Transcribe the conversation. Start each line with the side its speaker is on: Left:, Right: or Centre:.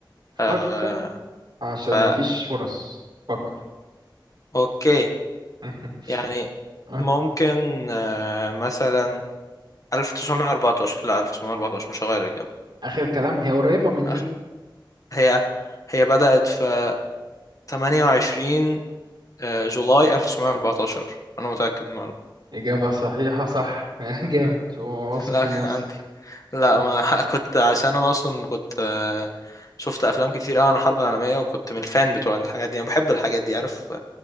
Left: آه
Right: فكر عشان
Left: فا
Right: مفيش فرص فكر
Left: اوكي
Right: <laughs>
Left: يعني
Right: آه،
Left: ممكن آه مثلا 1914 لا 1914 مش هغير الاجابه
Right: آخر كلام هي قريبة من دي
Left: أخ- هي هي بدأت في 28 آه، جولاي 1914 انا متأكد من المعلومه
Right: إجابة صحيحة صح <laughs> جامد واثق
Left: <laughs> لا
Right: من نفسك
Left: عندي لا
Right: ماشي
Left: ما <laughs> كنت عشان انا اصلا كنت آه، شفت افلام كتير قوي عن الحرب العالميه وكنت من الفان بتوع الحاجات دي انا بحب الحاجات دي عارف